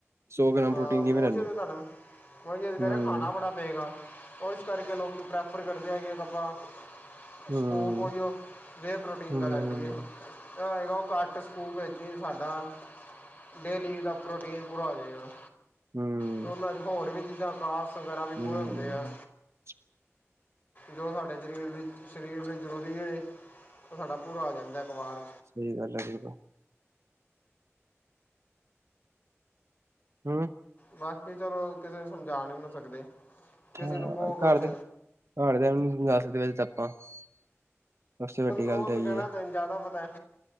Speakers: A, on the right (about 65°); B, on the left (about 40°).
A: ਸੌ ਗ੍ਰਾਮ
B: ਹਾਂ
A: ਪ੍ਰੋਟੀਨ ਕਿਵੇਂ
B: ਉਹੀ
A: ਲੈ ਲਓ,
B: ਤੇ ਤੁਹਾਨੂੰ, ਓਹੀ ਕਹਿ
A: ਹੂੰ,
B: ਰਿਹਾ ਖਾਣਾ ਬੜਾ ਪਏਗਾ, ਉਹ ਇਸ ਕਰਕੇ ਲੋਕ ਪ੍ਰੈਫਰ, ਕਰਦੇ ਹੈਗੇ ਆ ਆਪਾਂ
A: ਹੂੰ।
B: ਸਕੂਪ ਓਹੀਓ, ਵੇ ਪ੍ਰੋਟੀਨ
A: ਹੂੰ,
B: ਦਾ ਲੈਦੀ ਏ, ਆਏਗਾ, ਉਹ ਕੱਟ ਸਕੂਪ ਵਿੱਚ ਸਾਡਾ ਡੇਲੀ ਦਾ, ਪ੍ਰੋਟੀਨ ਪੂਰਾ ਹੋ ਜਾਏਗਾ।
A: ਹੂੰ,
B: ਤੇ ਉਹਨਾਂ ਚ, ਹੋਰ ਵੀ ਚੀਜ਼ਾਂ ਖਾਸ ਵਗੈਰਾ ਵੀ
A: ਹੂੰ,
B: ਪੂਰੇ ਹੁੰਦੇ ਆ
A: <unintelligible> <inaudible>
B: ਜੋ ਸਾਡੇ ਸਰੀਰ ਲਈ, ਸਰੀਰ ਲਈ ਜ਼ਰੂਰੀ ਏ, ਉਹ ਸਾਡਾ ਪੂਰਾ ਆ, ਜਾਂਦਾ ਇਕ ਵਾਰ
A: ਸਹੀ, ਗੱਲ ਐ ਬਿਲਕੁਲ। ਹੂ।
B: ਬਾਕੀ ਚਲੋ, ਕਿਸੇ ਨੂੰ ਸਮਝਾ ਨਹੀਂ ਨਾ ਸਕਦੇ, ਕਿਸੇ
A: ਹਾਂ।
B: ਨੂੰ ਕਹੋ ਕੁਛ
A: ਘਰ ਦੇ ਘਰਦਿਆਂ ਨੂੰ ਨਈ ਦੱਸ ਸਕਦੇ ਆਪਾਂ, ਸਭ ਤੋਂ ਵੱਡੀ
B: ਉਹਨੂੰ
A: ਗੱਲ ਤਾਂ ਏਹੀ
B: ਕਹਿਣਾ
A: ਏ,
B: ਤੈਨੂੰ ਜ਼ਿਆਦਾ ਪਤਾ